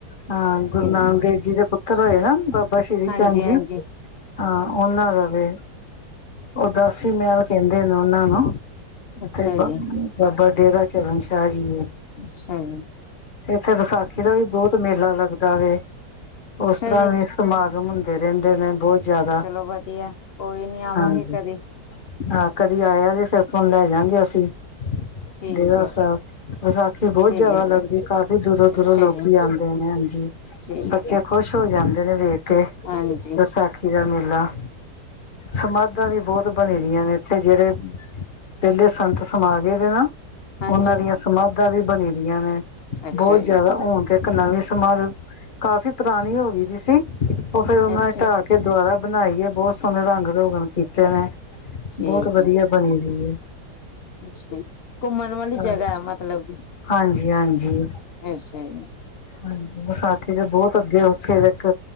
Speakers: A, on the left; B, on the left.
A: ਹਾਂ
B: ਠੀਕ
A: ਗੁਰੂ ਨਾਨਕ ਦੇਵ ਜੀ ਦੇ ਪੁੱਤਰ ਹੋਏ ਨਾ ਬਾਬਾ ਬਾਥਾ ਸ਼੍ਰੀ
B: ਹਾਂਜੀ
A: ਚੰਦ ਜੀ
B: ਹਾਂਜੀ
A: ਹਾਂ ਉਹਨਾਂ ਦਾ ਵੀ ਉਹਦਾਸੀ ਮਹਿਲ ਕਹਿੰਦੇ ਨੇ ਉਹਨਾਂ ਨੂੰ
B: ਅੱਛਾ
A: ਤੇ ਬ
B: ਜੀ
A: ਬਾਬਾ ਡੇਰਾ ਚਰਨ ਸ਼ਾਹ ਜੀ।
B: ਅੱਛਾ ਜੀ।
A: ਇਥੇ ਵਿਸਾਖੀ ਦਾ ਵੀ ਬਹੁਤ ਮੇਲਾ ਲੱਗਦਾ ਵ
B: ਅੱਛਾ
A: ਉਸ ਤਰ੍ਹਾਂ
B: ਜੀ
A: ਵੀ ਸਮਾਗਮ ਹੁੰਦਾ। ਰਹਿੰਦੇ ਨੇ ਬਹੁਤ ਜ਼ਿਆਦਾ
B: ਚਲੋ ਵਧੀਆ ਕੋਈ ਨੀ ਆਵਾਂਗੇ
A: ਹਾਂਜੀ
B: ਕਦੀ।
A: ਹਾਂ ਕਦੀ ਆਇਆ ਜੇ ਫੇਰ ਤੁਹਾਨੂੰ ਲੈ ਜਾਗੇ ਅਸੀਂ।
B: ਠੀਕ
A: ਡੇਰਾ
B: ਹੈ
A: ਸਾਹਿਬ ਵਿਸਾਖੀ
B: ਠੀਕ
A: ਬਹੁਤ ਜਿਆਦਾ
B: ਹੈ
A: ਲੱਗਦੀ
B: ਜੀ
A: ਕਾਫੀ ਦੂਰੋਂ
B: ਅੱਛਾ
A: ਦੂਰੋਂ ਲੋਕੀ
B: ਜੀ
A: ਆਉਂਦੇ ਨੇ ਹਾਂਜੀ
B: ਠੀਕ
A: ਬੱਚੇ
B: ਹੈ
A: ਖ਼ੁਸ਼ ਹੋ ਜਾਂਦੇ ਨੇ ਵੇਖ ਕੇ
B: ਹਾਂਜੀ
A: ਵਿਸਾਖੀ ਦਾ ਮੇਲਾ ਸਮਾਧਾਂ ਵੀ ਬਹੁਤ ਬਣੀ ਦੀਆਂ ਨੇ ਇੱਥੇ ਜਿਹੜੇ ਪਹਿਲੇ ਸੰਤ ਸਮਾ ਗਏ ਦੇ ਨਾ
B: ਹਾਂਜੀ
A: ਉਹਨਾਂ ਦੀਆਂ ਸਮਾਧਾਂ ਵੀ ਬਣੀ ਦੀਆਂ ਨੇ
B: ਅੱਛਾ
A: ਬਹੁਤ
B: ਜੀ
A: ਜ਼ਿਆਦਾ ਹੁਣ ਤੇ ਇੱਕ ਨਵੀਂ ਸਮਾਦ ਕਾਫ਼ੀ ਪੁਰਾਣੀ ਹੋ ਗਈ ਸੀ ਸੀ ਉਹ ਫੇਰ ਉਹਨਾ
B: ਅੱਛਾ
A: ਨੇ ਢਾਹ ਕੇ ਦੁਬਾਰਾ ਬਣਾਈਏ ਬਹੁਤ ਸੋਹਣੇ ਰੰਗ ਰੋਗਣ ਕੀਤੇ ਨੇ
B: ਠੀਕ
A: ਬਹੁਤ ਵਧੀਆ
B: ਹੈ
A: ਬਣੀ ਸੀ
B: ਅੱਛਾ ਘੁੰਮਣ ਵਾਲੀ
A: ਹਾਂ
B: ਜਗ੍ਹਾ ਹੈ ਮਤਲਬ ਕਿ
A: ਹਾਂਜੀ ਹਾਂਜੀ
B: ਅੱਛਾ ਜੀ,
A: ਹਾਂ ਵਿਸਾਖੀ ਦੇ ਬਹੁਤ ਅੱਗੇ ਉੱਥੇ ਇੱਕ